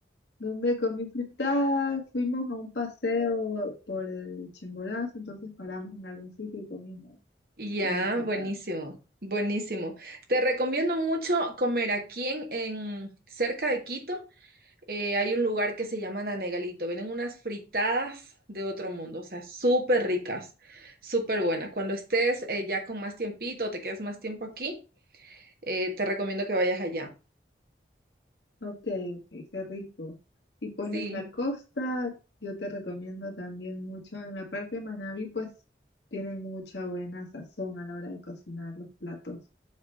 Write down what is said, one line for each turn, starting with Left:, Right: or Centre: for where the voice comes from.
Left: donde comí fritada, fuimos a un paseo por el Chimborazo, entonces paramos en algún sitio y comimos
Right: Y ya,
Left: ahí fritada.
Right: buenísimo, buenísimo. Te recomiendo mucho comer aquí en, en- cerca de Quito. eh, hay un lugar que se llama Nanegalito. Venden unas fritadas de otro mundo, o sea, súper ricas, súper buenas. Cuando estés eh, ya con más tiempito, te quedes más tiempo aquí, eh, te recomiendo que vayas allá.
Left: Ok, ok, qué rico. Y pues
Right: Sí,
Left: en la costa, yo te recomiendo también mucho, en la parte de Manabí, pues tienen mucha buena sazón a la hora de cocinar los platos